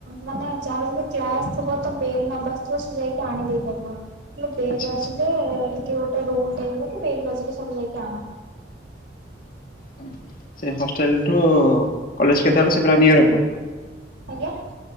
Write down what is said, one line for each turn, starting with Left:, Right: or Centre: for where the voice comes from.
Right: ମାନେ ଯାହାର ଯଦି କ୍ଲାସ୍ ଥିବ, ତ ବେଲ ନ ବାଜିଥିବ ସେ ଯାଇକି ଆଣିଦେଇ ପାରିବ। ହେଲେ ବେଲ୍
Left: ଆଚ୍ଛା
Right: ବାଜିଲେ,
Left: ଆଚ୍ଛା।
Right: ଟିକେ ଗୋଟେ ରୁଲ ଟାଇପର ବେଲ୍ ବାଜିଲେ ସବୁ ଯାଇକି ଆଣ।
Left: ହୁଁ। ସେ ହଷ୍ଟେଲଠୁ କଲେଜ
Right: ଆଜ୍ଞା
Left: କେତେ ବାଟ ସେ ପୁରା ନିୟର ପୁରା?
Right: ଆଜ୍ଞା?